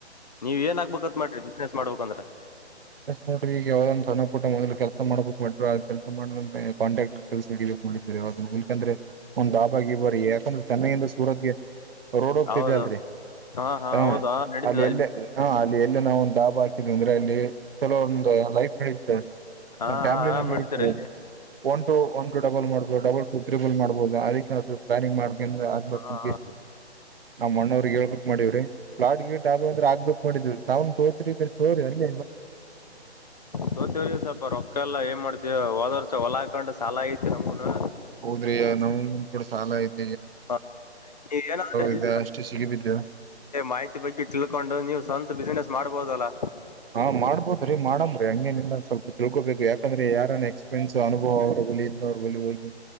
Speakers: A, on the left (about 40°); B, on the right (about 60°).
A: ನೀವ ಏನ್ ಆಗ್ಬೇಕತ್ ಮಾಡ್ರಿ ಬಿಸ್ನೆಸ್ ಮಾಡ್ಬೇಕಂದ್ರೆ
B: ನೋಡ್ರಿ ಈಗ ಯಾವ್ದ ಒಂದು ಸಣ್ಣ ಪುಟ್ಟ ಮೊದ್ ಕೆಲಸ ಮಾಡಬೇಕಕ್ ಕೆಲಸ ಮಾಡೆ ಕಾಂಟಾಕ್ಟರ್ ಕೆಲ್ಸ ರಿ ಯಾಗ ಯಾಕಂದ್ರೆ ಒಂದು ಡಾಬಾರ್ ಗಿಬರ್ ಯಾಕಂದ್ರೆ ಚೆನ್ನಾಗಿ ಸೂರತ್ಗೆ ರೋಡ್ ಹೋಗ್ತಿದೆ
A: ಹೌದು
B: ಅಲ್ರಿ
A: ಹಾ ಹಾ
B: ಹ
A: ಹೌದಾ ನಡೀತದ
B: ಅಲ್ಲಿ ಎಲ್ಲ ಹ ಅಲ್ಲಿ ಇಲ್ಲಿ ನಾವು ಒಂದು ಡಾಬಾ ಹಾಕಿದೀವಿ ಅಂದ್ರೆ ಅಲ್ಲಿ ಕೆಲವೊ ಲೈಫ್ನೆಡಿಯುತ್ತೆ
A: ಹಾ
B: ನಮ್ಮ ಫ್ಯಾಮಿಲೈನು
A: ಆರಾಮ್
B: ನೆಡಿಯುತ್ತೆ
A: ನಡೀತೀರಿ ಅಲ್ಲಿ
B: one two one two double ಮಾಡಬ ಡಬಲ್ ಟು ತ್ಬಲ್ ಮಾಡಬುದು ಅದಕ್ಕೆ ಅದು ಪ್ಲಾನಿಂಗ ಮಾಡದು ಆಗ್ಬೇಕು
A: ಹ
B: ನಾವ್ ಅಣ್ಣವ್ರಿಗೆ ಹೇಳಿಬಿಟ್ಟು ಮಾಡಿವ್ರಿ ಪ್ಲಾಟ್ ಗೀಟ್ ಅದು ಅಂದ್ರೆ ಆಗ್ಬೇಕು ನೋಡಿ ತಾವ್ನ್ ತೋತ್ರಿದ್ರೆ ತೋರಿ ಅಲ್ಲಿ
A: ತೋತಿವ್ರ ಸ್ವಲ್ಪ ರೊಕ್ಕ ಎಲ್ಲ ಏನ್ ಮಾಡ್ತ ಹೋದ ವರ್ಷ ಹೊಲ ಹಾಕೊಂಡು ಸಾಲ ಐತಿ ನಮ್ಮೂನು
B: ಹೌದ್ರಿ ನಮ ಕೂಡ ಸಾಲ ಆಯ್ತ
A: ಹ ನೀವನಾದ್ರೆ
B: ಇದೆ ಅಷ್ಟೇ ಸಿಗಿಬಿದ್ದ
A: ಮಾಹಿತಿ ಬಗ್ಗೆ ತಿಳ್ಕೊಂಡು ನೀವು ಸ್ವಂತ ಬಿಸಿನೆಸ್ ಮಾಡ್ಬೋದಲ್ಲಾ
B: ಹಾ ಮಾಡ್ಬೋದ್ರೀ ಮಾಡಮ್ರರಿ ಹಂಗೇನಿಲ್ಲ ಸ್ವಲ್ಪ ತಿಳ್ಕೋಬೇಕು ಯಾಕಂದ್ರೆ ಯಾರನೆ ಎಸ್ಪೀರಿಯನ್ಸ್ ಅನುಭವ ಅವರು ಪೊಲೀಸ್ ಅವರ ಬಳಿ ಹೋಗಿ